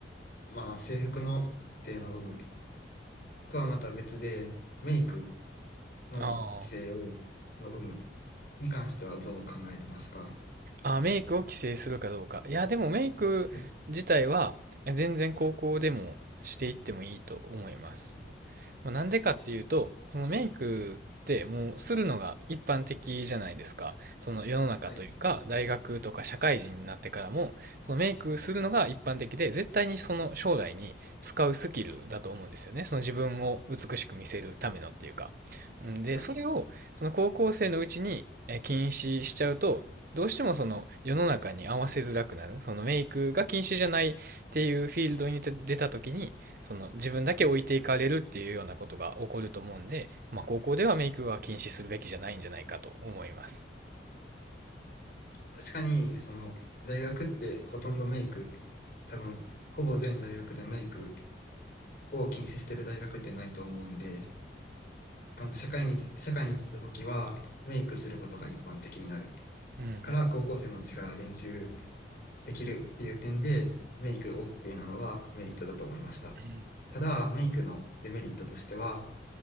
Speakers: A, on the left; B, on the right.
A: まあ、制服の規制の有無とはまた別で、メイクの規制を、
B: あ
A: の有無に関してはどう考えてますか
B: あ。あ、メイクを規制するかどうか。いや、でもメイク自体はえ全然高校でもしていってもいいと思います。
A: はい。
B: まあ、なんでかっていうと、
A: うんうん。
B: そのメイクってもうするのが一般的じゃないですか。その世の中というか、
A: はい。
B: 大学とか社会人になってからも、そのメイクするのが一般的で、絶対にその将来に使うスキルだと思うんですよね。その自分を美しく見せるためのっていうか。うんで、
A: うん。
B: それをその高校生のうちにえー禁止しちゃうと、どうしてもその世の中に合わせづらくなる。そのメイクが禁止じゃないっていうフィールドに出た時に、その自分だけ置いていかれるっていうようなことが起こると思うんで、まあ、高校ではメイクは禁止するべきじゃないんじゃないかと思います。
A: 確かに、その、大学ってほとんどメイク、多分、ほぼ全大学でメイクを禁止してる大学ってないと思うんで、しかも社会に、社会に出た時は、メイクすることが一般的になる。
B: うん。
A: から高校生のうちから練習できるっていう点で、メイク OK なのはメリットだと思いました。
B: うん。
A: ただ、メイクのデメリットとしては、